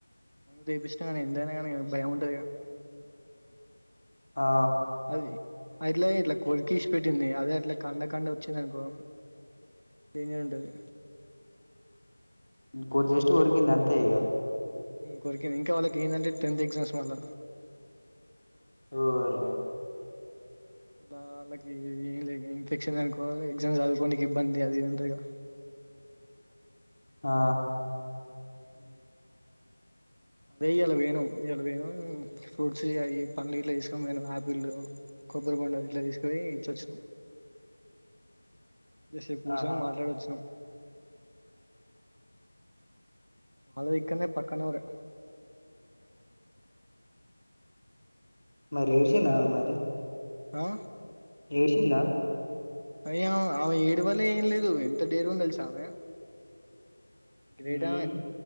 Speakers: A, on the right; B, on the left.
A: దపించ నా కానీ ఎంత అయిన కాని భయము ఉంటది కదా
B: ఆ
A: అది అదిట్లాఇట్లా కొరికి విడిచిపెట్టింది అదే అట్లకండ కండ వచ్చిం దనుకో డెంజర్ ఉంటది
B: కొది జస్ట్ కొరికింది అంతే ఇక
A: కోరికింది ఇంకా వాళ్ళకి ఏందంటే టెన్త్ ఎగ్జామ్స్ మళ్ళ
B: ఓరిని
A: వాళ్ళకి ఏం లేదు ఇన్ఫెక్షన్ అనుకో ఎగ్జామ్ చదువుకోనికి ఇబ్బంది అది ఇది ఉంటది కదా
B: ఆ
A: హ వేయ్యలా వేనాం ఇలా వేనాం ఫ్రూట్స్ అయి పండ్లు ఇట్లా తీసుకోనిఆపిల్ కొబ్బరి బోండాలు డు ఇట్లా తీసుకో ని ఇచ్చొచ్చినం కాసేపు కూర్చొనని
B: ఆహా
A: మాట్లాడి వచ్చినాం వాళ్ళు ఇకనే పక్కనూరే
B: మరి ఏడుషిం నా మరి
A: ఆ
B: ఏసిందా
A: అయ ఆమె ఏడు వలే ఏం లేదు ఎంత డేరు గా ఉంది తెలుసా ఆమె గ్రేడా
B: ఉమ్